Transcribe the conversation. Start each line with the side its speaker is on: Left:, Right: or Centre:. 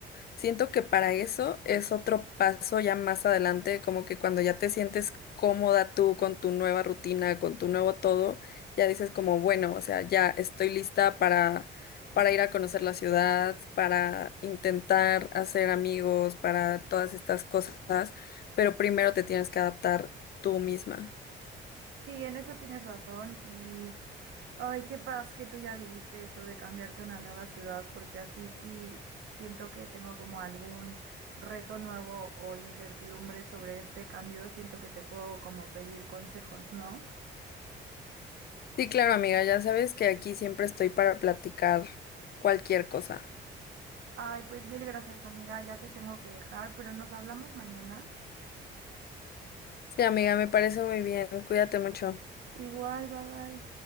Left: Siento que para eso es otro paso ya más adelante, como que cuando ya te sientes cómoda tú con tu nueva rutina, con tu nuevo todo, ya dices como, bueno, o sea, ya estoy lista para para ir a conocer la ciudad, para intentar hacer amigos, para todas estas cosas, pero primero te tienes que adaptar tú misma.
Right: Sí, en eso tienes razón y Ay, qué paz que tú ya viviste eso de cambiarte a una nueva ciudad, porque así sí siento que tengo como algún reto nuevo o incertidumbre sobre este cambio. Siento que te puedo como pedir consejos, ¿no?
Left: Sí, claro, amiga, ya sabes que aquí siempre estoy para platicar cualquier cosa.
Right: Ay, pues mil gracias, amiga. Ya te tengo que dejar, pero nos hablamos mañana.
Left: Sí, amiga, me parece muy bien. Cuídate mucho.
Right: Igual, bye bye.